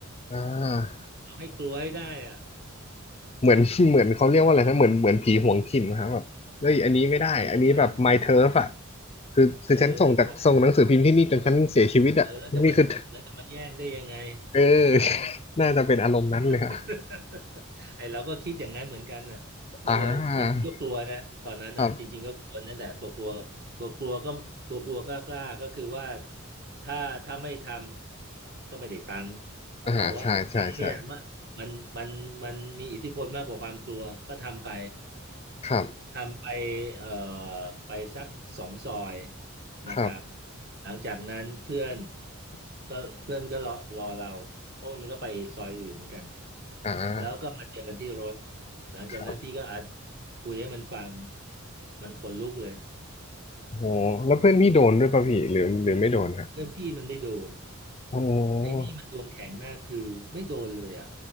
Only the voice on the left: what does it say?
อ่า
เหมือน <laughs> เหมือนเขาเรียกว่าอะไรนะเหมือนเหมือนผีหวงถิ่นนะครับแบบเฮ้ยอันนี้ไม่ได้อันนี้แบบ
my turf อ่ะคือคือฉันส่งจากส่งหนังสือพิมพ์ที่นี่จนฉันเสียชีวิตอ่ะนี่คือ
เออ <laughs>
น่าจะเป็นอารมณ์นั้นเลยอะ
อ่าครับ
อ่าใช่ใช่ใช่ครับ
ครับ
อ่า
ครับ
โอ้โหแล้วเพื่อนพี่โดนด้วยป่ะพี่หรือหรือไม่โดนฮะ
โอ้โห